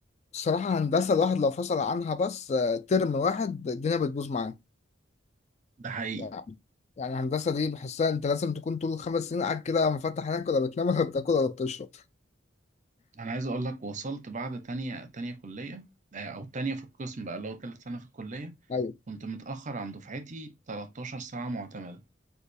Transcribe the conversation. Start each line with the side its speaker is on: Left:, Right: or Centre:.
Left: الصراحة هندسة الواحد لو فصل عنها بس آه، ترم واحد الدنيا بتبوظ معاه
Right: ده حقيقي
Left: يعني يعني الهندسة دي بحسها انت لازم تكون طول الخمس سنين قاعد كده مفتح عينك ولا بتنام ولا بتاكل ولا بتشرب
Right: انا عايز اقول لك وصلت بعد تانية تانية كلية آه، او تانية في القسم بقى اللي هو تالت سنة في الكلية
Left: ايوه
Right: كنت متأخر عن دفعتي 13 ساعة معتمدة